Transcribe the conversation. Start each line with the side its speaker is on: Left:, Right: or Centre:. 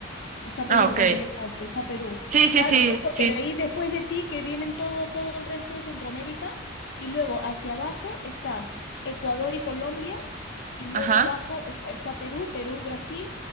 Left: Está
Right: Ah,
Left: Perú,
Right: ok.
Left: bueno, yo no, pero está Perú.
Right: Sí, sí,
Left: Claro,
Right: sí,
Left: ¿no? Porque
Right: sí.
Left: de ahí después de ti que vienen todo, todo el resto de Centroamérica y luego hacia abajo está Ecuador y Colombia y luego
Right: Ajá.
Left: abajo está, está Perú, Perú, Brasil